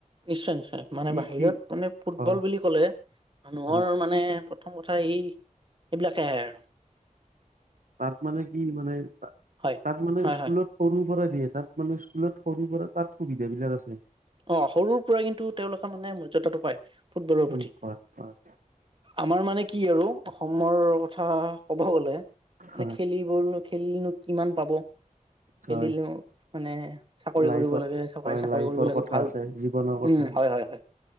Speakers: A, on the right; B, on the right.
A: নিশ্চয় নিশ্চয় মানে
B: ই
A: বাহিৰত
B: ই
A: মানে ফুটবল
B: হয়
A: বুলি ক'লে মানুহৰ
B: হয়
A: মানে প্ৰথম কথা ই এইবিলাকে আহে আৰু
B: তাত মানে কি মানে
A: হয়
B: তাত মানে
A: হয়
B: স্কুলত
A: হয়
B: সৰু পৰা দিয়ে তাত মানে স্কুলত সৰু পৰা তাত সুবিধা বিলাক আছে।
A: অ' সৰুৰ পৰাই কিন্তু তেওঁলোকে মানে মৰ্যদাটো পায় ফুটবলৰ
B: উম
A: প্ৰতি।
B: হয় হয়
A: আমাৰ মানে কি আৰু অসমৰ কথা ক'ব গ'লে মানে
B: হয়
A: খেলিবল খেলিনো কিমান পাব। খেলিলো।
B: হয়
A: মানে চাকৰি
B: লাইফৰ
A: কৰিব লাগে চৰকাৰী
B: হয়
A: চাকৰি
B: লাইফৰ
A: কৰিব লাগে।
B: কথা
A: ভাল
B: আছে জীৱনৰ কথা
A: উম হয় হয় হয়